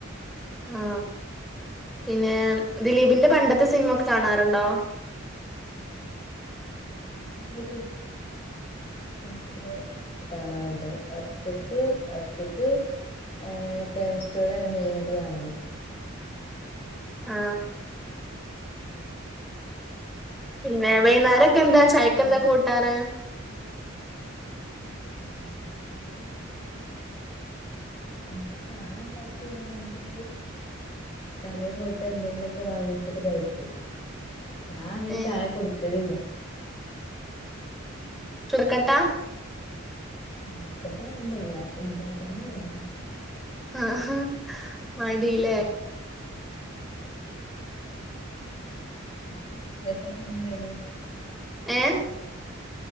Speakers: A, in the centre; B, on the left.
A: ആ പിന്നെ ദിലീപിന്റെ പണ്ടത്തെ സിൻമൊക്കെ കാണാറുണ്ടോ? <inaudible>
B: <unintelligible> ഒക്കെ കാണാറ്ണ്ട് ഒറ്റക്ക് ഒറ്റയ്ക്ക്, ഏ ഫ്രൈം സ്റ്റോറ്യാണ് മെയ്നായ്ട്ട് കാണൽ.
A: ആ ന്നെ വൈന്നാരൊക്കെന്താ
B: ഞാൻ ഫസ്റ്റ് ലൈഫൊക്കെ
A: ചായക്കെന്താ
B: എങ്ങനെ
A: കൂട്ടാറ് <inaudible>
B: ഉണ്ടായിരുന്നു ന്ന ഞാൻ ടൈപയ്യാണെങ്കില് കടെ പോയ്ട്ട് എന്തെങ്കിലൊക്കെ വാങ്ങിച്ചിട്ട് കഴിക്കും ഞാ അങ്ങന്
A: ഏഹ്
B: ചായ കുടിക്കലില്ല.
A: <unintelligible>
B: <unintelligible>
A: ആഹ മടി ലെ
B: <inaudible> <unintelligible>
A: ഏ